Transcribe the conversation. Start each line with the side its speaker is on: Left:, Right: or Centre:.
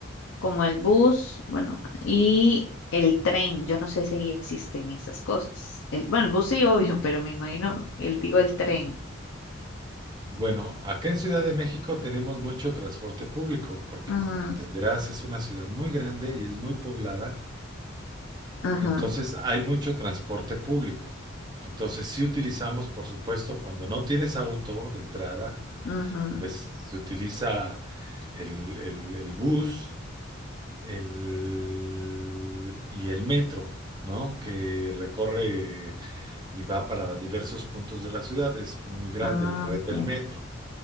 Left: como el bus, bueno, y el tren. Yo no sé si ahí existen esas cosas. El, bueno, el bus sí, obvio, <laughs> pero me imagino, el, digo el tren.
Right: Bueno, acá en Ciudad de México tenemos mucho transporte público, porque
Left: Ajá,
Right: como entenderás, es una ciudad muy grande y es muy poblada.
Left: ajá,
Right: Entonces hay mucho transporte público. Entonces sí utilizamos, por supuesto, cuando no tienes auto de entrada,
Left: ujú.
Right: pues se utiliza el, el- el bus el, y el metro, ¿no? Que recorre y va para diversos puntos de la ciudad. Es muy grande
Left: Ah,
Right: la red del
Left: ok.
Right: metro.